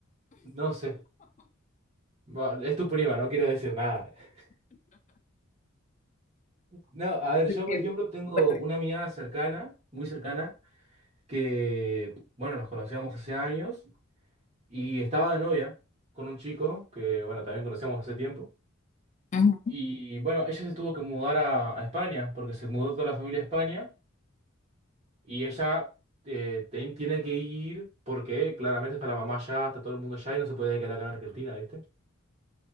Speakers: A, on the right (about 30°); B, on the left (about 35°).
A: no sé. Va, es tu prima, no quiero decir nada. <laughs> No, a ver,
B: Porque,
A: yo por ejemplo tengo
B: bueno,
A: una amiga cercana, muy cercana, que, bueno, nos conocíamos hace años y estaba de novia con un chico que, bueno, también conocíamos hace tiempo.
B: ujú.
A: Y bueno, ella se tuvo que mudar a, a España porque se mudó toda la familia a España. Y ella eh, ten- tiene que ir porque claramente está la mamá allá, está todo el mundo allá y no se puede quedar acá en Argentina, ¿viste?